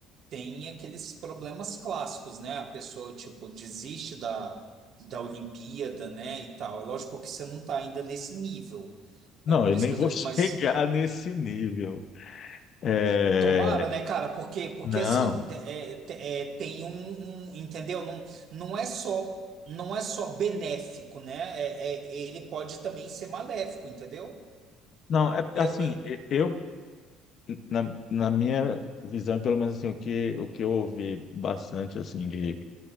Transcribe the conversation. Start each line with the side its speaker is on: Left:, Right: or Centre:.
Right: tem aqueles problemas clássicos, né? A pessoa, tipo, desiste da, da Olimpíada, né? E tal. É lógico que você não tá ainda nesse nível.
Left: Não,
Right: É por
Left: eu
Right: isso
Left: nem
Right: que
Left: vou
Right: eu tô.
Left: <laughs> chegar
Right: Mas
Left: nesse nível. É,
Right: tomara, né, cara? Porque, porque
Left: Não,
Right: assim, é, é, tem um, um- Entendeu? Não, não é só. Não é só benéfico, né? É, é- ele pode também ser maléfico, entendeu?
Left: não, é
Right: Eu,
Left: assim,
Right: eu-
Left: e- eu, na, na minha visão, pelo menos assim, o que, o que eu ouvi bastante, assim, de